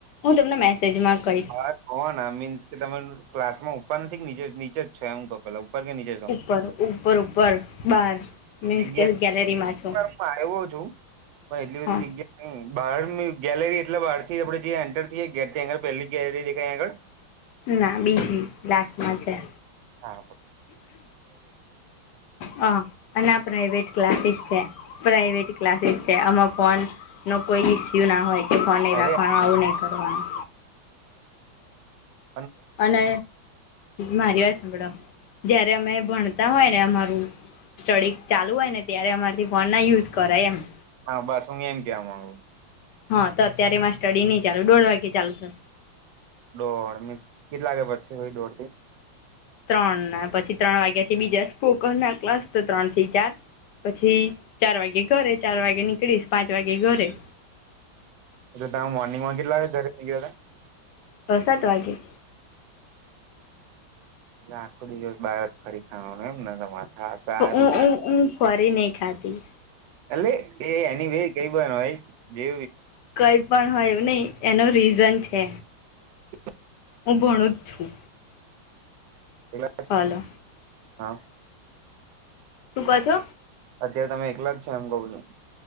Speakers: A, on the left (about 70°); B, on the right (about 75°).
A: તમને મેસેજમાં કહીશ
B: હ હ કો ના મીન્સ કે તમે ક્લાસમાં ઉપર નથી નીચે નીચે જ છો એમ કવ પેલા ઉપર કે નીચે છો
A: ઉપર ઉપર ઉપર બાર મીન્સ
B: જગ્યા
A: કે ગેલેરીમાં છો
B: હું આવ્યો છું પણ એટલી
A: હા
B: બધી જગ્યા ન બહાર ની ગેલેરી એટલે બહાર થી આપણે જે એન્ટર થએ ગેટ થી આગળ પહેલી ગેલેરી દેખાય આગળ
A: ના બીજી લાસ્ટમાં છે.
B: હા.
A: હ અને આ પ્રાાઈવેટ ક્લાસીસ છે પ્રાાઈવેટ ક્લાસીસ તે આમાં ફોનનો કોઈ ઇસ્યુ ના હોય ફાની
B: અરે
A: રાખવા ઉ ન કરવ <unintelligible>
B: હ
A: અને મારી વાત સાંભળો જયારે અમે ભણ તા હોય ને અમારું સ્ટડી ચાલુ હોય ને ત્યારે અમારાથી ફોન ના યુઝ કરે એમ
B: હા બસ હું એમ કેવામાગુ
A: હા તો અત્યારેમાં સ્ટડી નહી ચાલુ દોઢ વાગે ચાલુ થશે
B: દોડ મીસ કેટલા કે પચ છે ભ દોર થી
A: ત્રણ ના પછી ત્રણ વાગ્યા થી બીજા સ્પોકન ના ક્લાસ તો ત્રણ થી ચાર. પછી ચાર વાગે ઘરે ચાર વાગે નીકળીશ પાંચ વાગે ઘરે.
B: અ તમે મોર્નિંગ માં કેટલા ઘ ગયા.
A: બ સાત વાગ્યે.
B: આખો દિવસ બાર ફરી ખાવાનું એમને તમારે. હા સારું
A: ઉ ઉ ઊ ફરી નહ ખાતી.
B: એ એ એની બે કઈ પણ હોય જે.
A: કઈ પણ હોય એવું નહી એનું રીઝન છે
B: <inaudible>
A: હું ભણું જ છું.
B: એ
A: હલો
B: હા.
A: શું ક છો.
B: અત્યારે તમે એકલા જ છે એમ કઉ છું.